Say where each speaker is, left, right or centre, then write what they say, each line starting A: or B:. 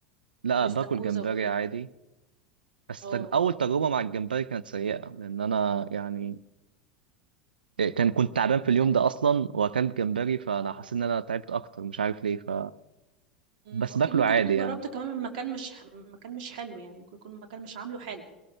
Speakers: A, on the right (about 75°); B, on the right (about 60°).
A: لا
B: والاستاكوزا
A: باكل جمبري
B: وكده
A: عادي بس
B: اه
A: تج... اول تجربه مع الجمبري كانت سيئه لان انا يعني إيه، كان كنت تعبان
B: أمم،
A: في اليوم
B: أ-
A: ده اصلا واكلت جمبري فانا
B: اه
A: حاسس ان انا تعبت اكتر مش عارف ليه ف
B: مم،
A: بس
B: اكيد
A: باكله
B: ممكن
A: عادي
B: تكون
A: يعني
B: جربت كمان من مكان مش مكان مش حلو يعني ممكن يكون مكان مش عامله حلو